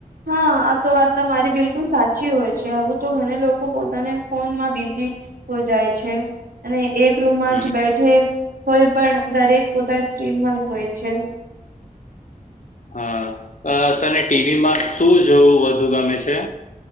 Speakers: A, on the right; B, on the left.
A: હા આ તો વાત તમારી બિલકુલ સાચી હોય છે આવું તો ઘને લોકો પોતાને ફોનમાં બીજી હો જાય છે. અને એક રૂમમાં
B: હમ,
A: જ બેઠે હોય પણ દરેક પોતાની સ્ક્રીન અલગ હોય છે.
B: હા અ તને ટીવીમાં શું જોવું વધુ ગમે છે?